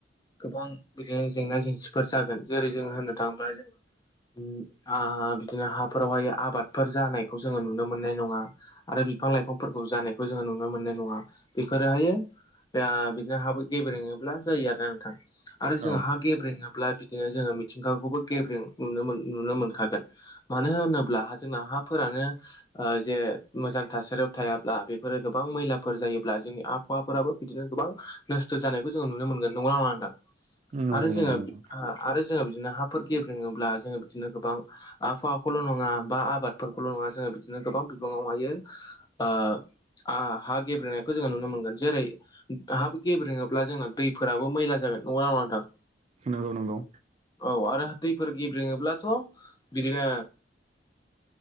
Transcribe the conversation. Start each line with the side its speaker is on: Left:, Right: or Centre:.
Left: गोबां बिदिनो जेंना जेंसिफोर जागोन जेरै जोंङो होननो थांङोब्ला जोंङो उम आ बिदिनो हाफोरावहाय आबादफोर जानायखौ जोङो नुनो मोननाय नङा। आरो बिफां लाइफांफोरखौ जानायखौ जोङो नुनो मोननाय नङा। बेफोरोहायो ओ बिदिनो हाबो गेब्रेङोब्ला जायो आरोना नोंथां। आरो
Right: औ
Left: जोंहा हा गेब्रेङाब्ला बिदिनो जोङो मिथिंगाखौबो गेब्रें नुनो मो नुनो मोनखागोन। मानो होनोब्ला जोंना हाफोरानो ओ जे मोजां थासारियाव थायाब्ला बेफोरो गोबां मैलाफोर जायोब्ला जोंनि आबहावाफोराबो बिदिनो गोबां नस्थ' जानायखौ जोङो नुनो मोनगोन। नंगैना नङा नोंथां?
Right: नंगौ
Left: आरो जोङो
Right: नंगौ नोंथां
Left: आरो जोङो बिदिनो हाफोर गेब्रेङोब्ला जोङो बिदिनो गोबां आबहावाखौल' नङा बा आबादफोरखौल' नङा जोङो बिदिनो गोबां बिबाङावहायो ओ हा गेब्रेंनायखौ जोङो नुनो मोनगोन। जेरै हा गेब्रेङोब्ला जोंना दैफोराबो मैला जागोन। नंगौना नङा नोंथां?
Right: नंगौ नंगौ
Left: औ आरो दैफोर गेब्रेङोब्लाथ' बिदिनो